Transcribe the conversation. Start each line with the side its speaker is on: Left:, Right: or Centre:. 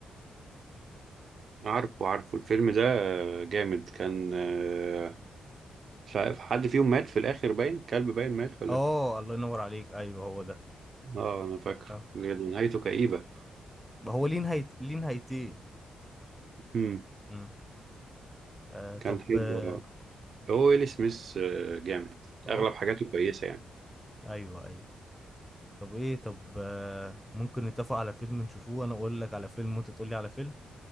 Right: عارفه عارفه الفيلم ده آه، جامد كان آه، مش عارف حد فيهم مات في الآخر باين كلب باين مات ولا
Centre: اه الله ينور عليك ايوه هو ده
Right: اه انا فاكره
Centre: آه.
Right: بجد نهايته كئيبة
Centre: هو ليه نهايت ليه نهايتين
Right: مم.
Centre: مم. آه طب
Right: كان حلو
Centre: اه
Right: آه. هو ويل سميث آه، جامد
Centre: آه،
Right: اغلب حاجاته كويسه يعني
Centre: ايوه ايوه طب ايه طب آه، ممكن نتفق على فيلم نشوفوه انا اقول لك على فيلم وانت تقول لي على فيلم